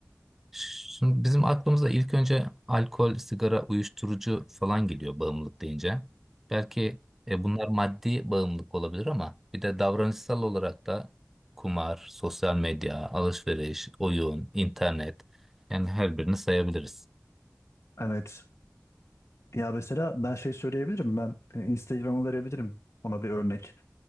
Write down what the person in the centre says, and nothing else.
Şimdi bizim aklımıza ilk önce alkol, sigara, uyuşturucu falan geliyor bağımlılık deyince. Belki e, bunlar maddi bağımlılık olabilir ama bir de davranışsal olarak da kumar, sosyal medya, alışveriş, oyun, internet yani her birini sayabiliriz.